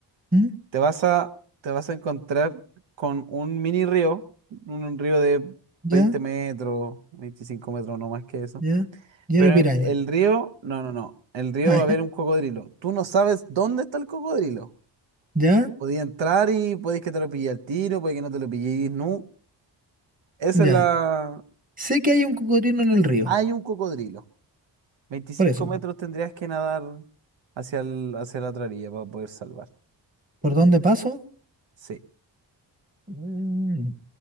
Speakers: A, on the right (about 20°); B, on the right (about 75°).
A: ¿Mm?
B: te vas a, te vas a encontrar con un mini río, un, un río de
A: ¿Ya?
B: 20 metros, 25 metros, no más que eso
A: ¿Ya? Y
B: Pero
A: una piraña.
B: el
A: <laughs>
B: río, no, no, no. El río
A: Ah,
B: va a haber
A: ¿Ya?
B: un cocodrilo. Tú no sabes dónde está el cocodrilo.
A: ¿Ya?
B: Podía entrar y podéis que te lo pille al tiro, puede que no te lo pilléis nunca. Esa
A: ¿Ya?
B: es la...
A: Sé que hay un cocodrilo en el río.
B: Hay un cocodrilo. veinticinco
A: Por eso.
B: metros tendrías que nadar hacia, el- hacia la otra orilla para poder salvar.
A: ¿Por dónde paso?
B: Sí.
A: Mm,